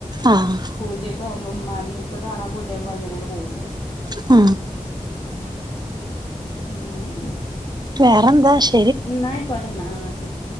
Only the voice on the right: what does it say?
ആഹ് ആഹ്
ആ
വേറെന്താ ഷ്